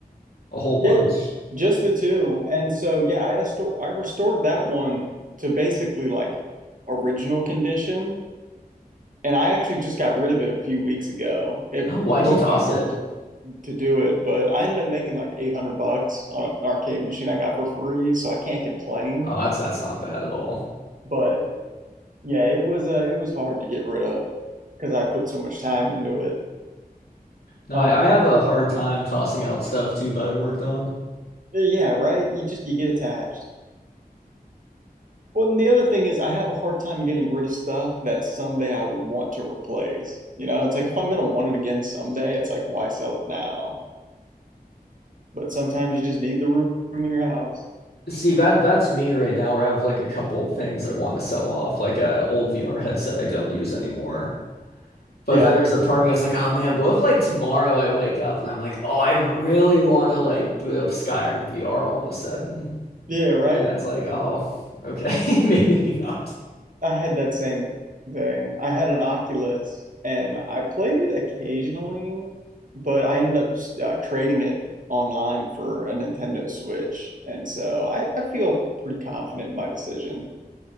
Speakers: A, on the left; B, on the right.
A: a whole bunch?
B: Yeah, just the two. And so yeah, I resto- I restored that one to basically like original condition. And I actually just got rid of it a few weeks ago. It
A: Oh, why'd
B: broke
A: you toss
B: my heart
A: it?
B: to, to do it, but I ended up making like 800 bucks on an arcade machine I got for free, so I can't complain.
A: Oh, that's that's not bad at all.
B: But yeah, it was uh, it was hard to get rid of because I put so much time into it.
A: No,
B: Um,
A: I, I have a hard time tossing out stuff too that I worked on.
B: yeah, right? You just you get attached. Well, and the other thing is, I have a hard time getting rid of stuff that someday I would want to replace. You know, it's like if I'm going to want it again someday, it's like, why sell it now? But sometimes you just need the room in your house.
A: See, that that's me right now where I have like a couple things I want to sell off, like a old VR headset I don't use anymore. But
B: Yeah.
A: then there's a part of me that's like, oh man, what if like tomorrow I wake up and I'm like, oh, I really want to like boot up Skyrim VR all of a sudden.
B: Yeah, right?
A: And that's like, oh, okay, <laughs> maybe maybe not.
B: I had that same thing. I had an Oculus and I played it occasionally, but I ended up uh, trading it online for a Nintendo Switch. And so I, I feel pretty confident in my decision.